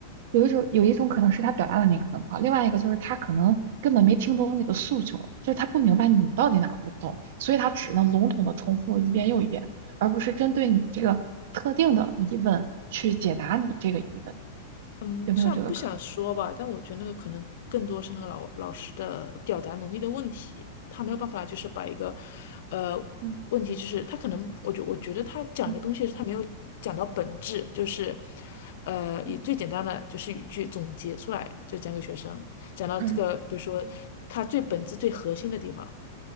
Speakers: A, on the right; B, on the left.
A: 有一种有一种可能是他表达能力可能不好，另外一个就是他可能根本没听懂你的诉求，就是他不明白你到底哪儿不懂，所以他只能笼统的重复一遍又一遍，而不是针对你这个特定的疑问去解答你这个疑问，
B: 嗯，
A: 有没有这个可
B: 虽然不想说吧，但我觉得那个可能更多是那个老老师的表达能力的问题，他没有办法就是把一个，呃，
A: 能？
B: 问题就是他可能，我觉我觉得他讲一个东西是他没有讲到本质，
A: 嗯
B: 就是，呃，以最简单的就是语句总结出来，
A: 嗯
B: 就讲给学生，讲到这个，
A: 嗯嗯
B: 比如说他最本质最核心的地方。
A: 嗯